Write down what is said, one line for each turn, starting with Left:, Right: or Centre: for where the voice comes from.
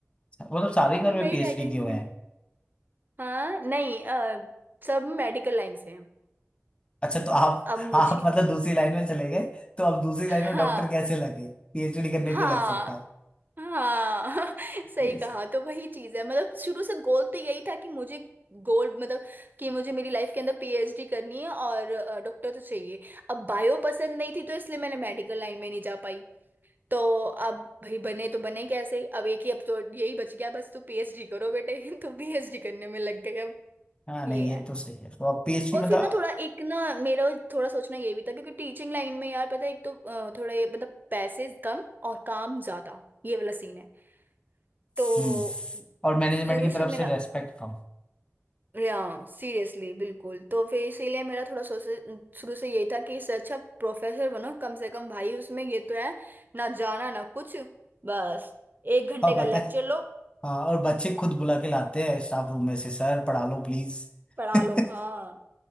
Left: अच्छा, मतलब सारे
Right: अभी
Left: घर में
Right: मैं ही
Left: पीएचडी
Right: रह गई
Left: किए
Right: हूँ
Left: हुए
Right: बिना-
Left: हैं
Right: हाँ नहीं अ, सब मेडिकल लाइन से हैं
Left: अच्छा तो आप
Right: अब मुझे
Left: आप मतलब दूसरी लाइन में चले गए तो अब दूसरी लाइन में
Right: हाँ
Left: डॉक्टर कैसे लगे पीएचडी करने
Right: हाँ
Left: पे लग सकता है
Right: हाँ <laughs> सही
Left: ये
Right: कहा
Left: सही
Right: तो वही चीज है मतलब शुरू से गोल तो यही था कि मुझे गोल मतलब कि मुझे मेरी लाइफ के अंदर पीएचडी करनी है और डॉक्टर तो चाहिए अब बायो पसंद नहीं थी तो इसलिए मैंने मेडिकल लाइन में नहीं जा पाई तो अब भाई बने तो बने कैसे अब एक ही अब तो यही बच गया बस तू पीएचडी करो बेटे <laughs> तो पीएचडी करने में लग गए अब
Left: हाँ नहीं
Right: ये
Left: ये
Right: है
Left: तो सही है तो अब पीएचडी
Right: और
Left: मतलब
Right: फिर ना थोड़ा एक ना मेरा थोड़ा सोचना ये भी था क्योंकि टीचिंग लाइन में यार पता है एक तो अ, थोड़ा ये मतलब पैसे कम और काम ज्यादा ये वाला सीन है तो
Left: हम्म और मैनेजमेंट
Right: शुरू
Left: की तरफ
Right: से मेरा
Left: से रेस्पेक्ट कम
Right: या सीरियसली बिल्कुल तो फिर इसीलिए मेरा थोड़ा सोच शुरू से यही था कि इससे अच्छा प्रोफेसर बनो कम से कम भाई उसमें ये तो है ना जाना ना कुछ बस एक घंटे
Left: और
Right: का
Left: बताए
Right: लेक्चर लो
Left: हाँ और बच्चे खुद बुला के लाते हैं स्टाफ रूम में से सर पढ़ा लो प्लीज
Right: पढ़ा
Left: <laughs>
Right: लो हाँ